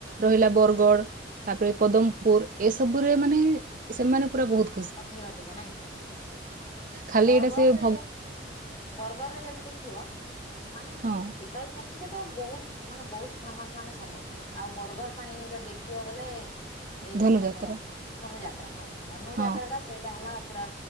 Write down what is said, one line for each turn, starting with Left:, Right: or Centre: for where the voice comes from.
Right: ରହିଲା ବରଗଡ଼ ତାପରେ ପଦମପୁର ଏସବୁରେ ମାନେ ସେମାନେ ପୁରା ବହୁତ୍
Left: ଅଧିକ ଟିକେ ନାଇଁ
Right: ଖାଲି
Left: ବରଗଡ଼
Right: ଏଇଟା ସେ
Left: ରେ
Right: ଭ
Left: ବରଗଡ଼ ରରେ ଯଦି ଦେଖିବ ମାନେ
Right: ହଁ
Left: ଶୀତଳ ଷ ସେଇଟା ତ ବହୁତ ମାନେ ବହୁତ ଫେମସ୍ ମାନେ ସମ୍ବଲପୁର ଆଉ ବରଗଡ଼ ପାଇଁ ଯଦି ଦେଖିବ ବୋଲେ ଏଇ ଯୋଉ
Right: ଧନୁଯାତ୍ରା
Left: ତମର ଧନୁ ଯାତ୍ରା ହଁ ଧନୁ
Right: ହଁ
Left: ଯାତ୍ରା ଟା ସେଇ ଟା ହେଲା ପୁରା